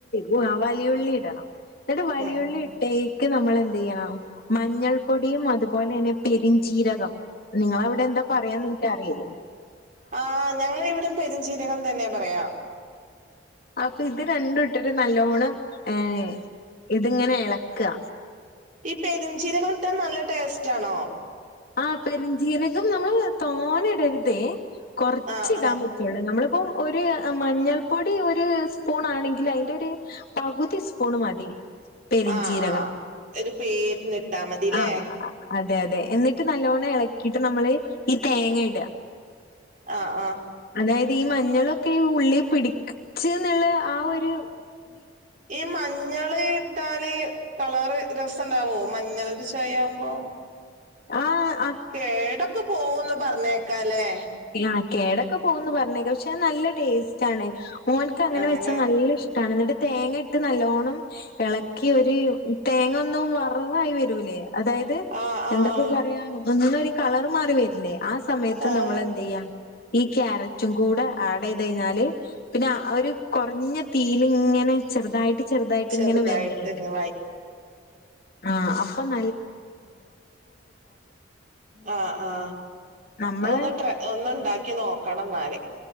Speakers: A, on the left; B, on the right.
A: ഓ ആ വലിയ ഉള്ളി ഇടണം ന്നിട്ട് വലിയുള്ളി
B: ഉം
A: ഇട്ടെ ക്ക് നമ്മള് എന്ത്യ്യണം മഞ്ഞൾപ്പൊടിയും അതുപോലെന്നെ പെരിഞ്ചീരകം നിങ്ങള അവിടെ എന്താ പറയാന്ന് എനിക്ക് അറിയില്ല
B: ആ ഞങ്ങ ഇവിടം പെരിഞ്ചീരകം തന്നെ പറയാ
A: അപ്പ ഇത് രണ്ടു ഇട്ടിട്ട് നല്ലോണ്ണം ഏ ഇത്ങ്ങനെ എളക്ക്
B: ഈ പെരിഞ്ചീരകട്ടാ നല്ല ടേസ്റ്റ് ആണോ
A: ആ പെരഞ്ചീരകം നമ്മള് വ് തോനെ ഇടര്ത് കൊറച്ച്
B: ആഹ്
A: ഇടാൻ
B: ആഹ്
A: പറ്റ്ള്ളു നമ്മള്പ്പം ഒരു മഞ്ഞൾപ്പൊടി ഒരു സ്പൂൺ ആണെങ്കിൽ ഐന്റെ ഒരു പകുതി സ്പൂണ് മതി പെരിഞ്ചീരകം
B: ആഹ് ആഹ് ഒരു പേരിന് ഇട്ടാ മതില്ലേ
A: ആഹ് അതെ തെ എന്നിട്ട് നല്ലോണം എളക്കീട്ട് നമ്മള് ഈ തേങ്ങ ഇട് അ
B: ആഹ് ആഹ്
A: അതായത് ഈ മഞ്ഞളൊക്കെ ഉള്ളിൽ പിടിക് ച്ച് ന്ന്ള്ള ആ ഒര്
B: ഈ മഞ്ഞള് ഇട്ടാല് കളറ് രസ് ണ്ടാവോ മഞ്ഞളിന്റെ ചൊയാവുമ്പോ
A: ആ
B: കേടൊക്കെ പോവുന്ന് പറഞ്ഞേക്കാ ല്ലെ
A: ല്ല കേടൊക്കെ പോവുന്ന് പറഞ്ഞേക്ക ക്ഷെ അഅ് നല്ല ടേസ്റ്റാണ് മോൻക്ക് അങ്ങനെ
B: ആണല്ലേ
A: വെച്ചാ നല്ല ഇഷ്ട്ടാണ് ന്നട്ട് തേങ്ങട്ട് നല്ലോണ്ണം എളക്കി ഒര് തേങ്ങൊന്ന് വറവായി വരൂലേ അതായത്
B: ആഹ് ആഹ്
A: എന്തപ്പ
B: ആഹ്
A: പറയാ ഒന്നൊ കളറ് മാറി വെര്ല്ലേ ആ സമയത്ത്
B: ആഹ്
A: നമ്മളെ ഈ ക്യാരറ്റും കൂടെ ആഡെയ്തഴ്ഞ്ഞാല് പിന്നെ ആ ഒര് കൊറഞ്ഞ തീയ്യിലിങ്ങനെ ചെർതായിട്ട് ചെർതായിട്ട്
B: ചെറുതായിട്ട്
A: ഇങ്ങനെ വെന്ത്‌ വരും
B: ഇങ്ങ്
A: ആ പ്പന
B: ആ ആ
A: നമ്മളെ
B: ഒന്ന്ട്രൈ ഒന്ന്ണ്ടാ ക്കി നോക്കണന്നാല്